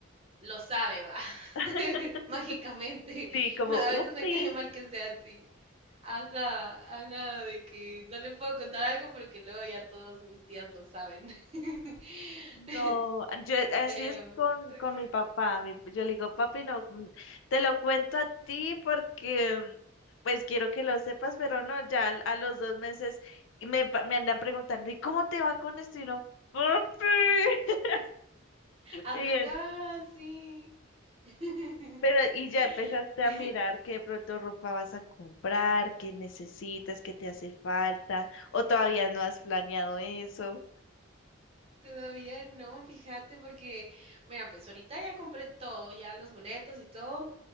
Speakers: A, on the right; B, on the left.
A: lo sabe, va,
B: <laughs>
A: <laughs> mágicamente.
B: Sí, como,
A: A
B: upsí.
A: veces me cae mal que sea así. Ajá, ajá, de que no le puedo contar algo porque luego ya todos mis tías lo saben. <laughs>
B: No, yo así
A: Pero...
B: es con,
A: ajá.
B: con mi papá. mi- yo le digo, papi, no, mm, te lo cuento a ti porque mm, pues quiero que lo sepas, pero no, ya al- a, los dos meses me, pa- me andan preguntando, ¿y cómo te va con esto? Y no, papi. <laughs>
A: Ajá,
B: Y él,
A: sí. <laughs>
B: pero, y ya empezaste a
A: <laughs>
B: mirar que de pronto ropa vas a comprar, qué necesitas, qué te hace falta, o todavía no has planeado eso.
A: Todavía no, fíjate, porque, mira, pues ahorita ya compré todo, ya los boletos y todo,